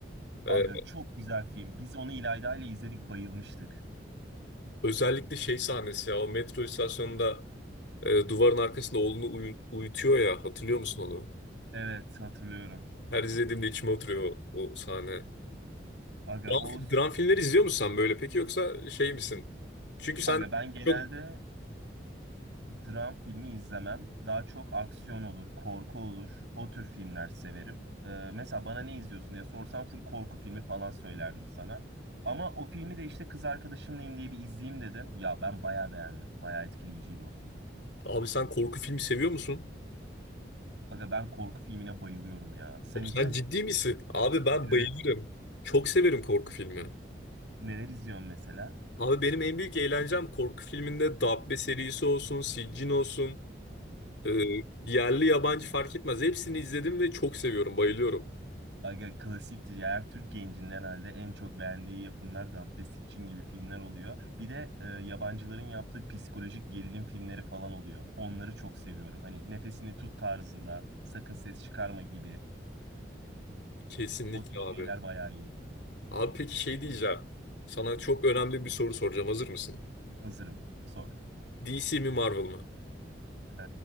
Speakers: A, on the right; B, on the left.
A: Aga
B: Ee,
A: çok güzel film. Biz onu İlayda ile izledik, bayılmıştık.
B: özellikle şey sahnesi ya. O metro istasyonunda e, duvarın arkasında oğlunu uyu- uyutuyor ya. Hatırlıyor musun onu?
A: Evet hatırlıyorum.
B: Her izlediğimde içime oturuyor o, o sahne.
A: Aga
B: Dram,
A: o
B: dram filmleri izliyor musun sen böyle? Peki yoksa şey misin? Çünkü sen
A: Aga ben genelde
B: çok...
A: dram filmi izlemem. Daha çok aksiyon olur, korku olur. O tür filmler severim. Ee, mesela bana ne izliyorsun diye sorsam full korku filmi falan söylerdim sana. Ama o filmi de işte kız arkadaşımlayım diye bir izleyeyim dedim. Ya ben bayağı beğendim. Bayağı etkileyiciydi o film.
B: Abi sen korku filmi seviyor musun?
A: Aga ben korku filmine bayılıyorum ya. Sen
B: Oğlum
A: izliyor
B: sen
A: musun?
B: ciddi misin? Abi ben
A: Evet.
B: bayılırım. Çok severim korku filmi.
A: Neler izliyorsun mesela?
B: Abi benim en büyük eğlencem korku filminde Dabbe serisi olsun, Siccin olsun, e, yerli yabancı fark etmez. Hepsini izledim ve çok seviyorum, bayılıyorum.
A: Aga klasiktir ya. Her Türk gencinin herhalde en çok beğendiği yapımlar da Dabbe Sikçin gibi filmler oluyor. Bir de e, yabancıların yaptığı psikolojik gerilim filmleri falan oluyor. Onları çok seviyorum. Hani nefesini tut tarzında, sakın ses çıkarma gibi.
B: Kesinlikle
A: O tür şeyler
B: abi.
A: bayağı iyi.
B: Abi peki şey diyeceğim. Sana çok önemli bir soru soracağım. Hazır mısın?
A: Hazırım. Sor.
B: DC mi Marvel mı?
A: He,